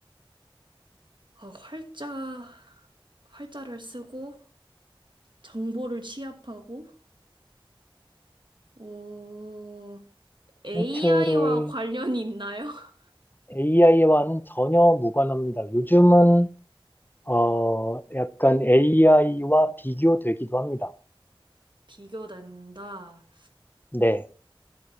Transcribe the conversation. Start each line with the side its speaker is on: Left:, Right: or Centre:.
Right: 아, 활자, 활자를 쓰고, 정보를 취합하고, 어, AI와
Left: 힌트를
Right: 관련이 있나요? <laughs>
Left: AI와는 전혀 무관합니다. 요즘은 어, 약간 AI와 비교되기도 합니다.
Right: 비교된다.
Left: 네,